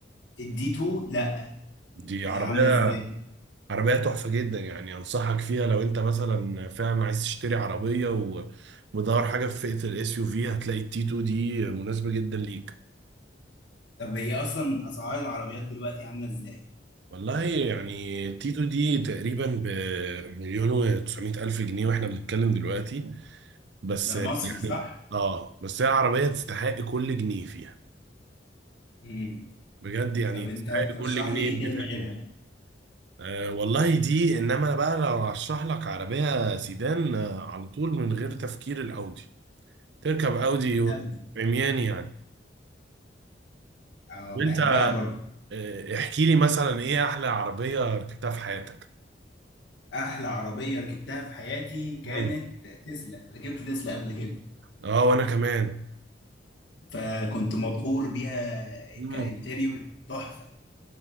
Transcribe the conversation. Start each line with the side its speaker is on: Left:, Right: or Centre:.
Left: الدي 2 لا
Right: دي عربية
Left: هي عاملة ازاي
Right: عربية تحفة جدا يعني أنصحك فيها لو أنت مثلا فعلا عايز تشتري عربية ومدور حاجة في فئة الإس يو في هتلاقي التي 2 دي مناسبة جدا ليك
Left: طب هي أصلا أسعار العربيات دلوقتي عاملة ازاي
Right: والله يعني تيتو دي تقريبا بمليون وتسعمائة ألف جنيه واحنا بنتكلم دلوقتي بس
Left: ده
Right: يعني
Left: مصري صح؟
Right: اه بس هي عربية تستحق كل جنيه فيها
Left: امم
Right: بجد يعني
Left: طب أنت
Right: تستحق كل
Left: ترشح
Right: جنيه
Left: لي إيه
Right: يدفع
Left: تاني غيرها
Right: فيها آه والله دي انما انا بقى لو هشرح لك عربية سيدان آه، على طول من غير تفكير الأودي تركب أودي
Left: الأودي
Right: و- عميان يعني
Left: اه
Right: وانت
Left: بحبها برضه
Right: آه، احكي لي مثلا ايه احلى عربية ركبتها في حياتك
Left: أحلى عربية ركبتها في حياتي
Right: مم.
Left: كانت تسلا ركبت تسلا قبل كده
Right: اه وانا كمان
Left: فكنت مبهور بيها
Right: مم.
Left: كانتريور تحفة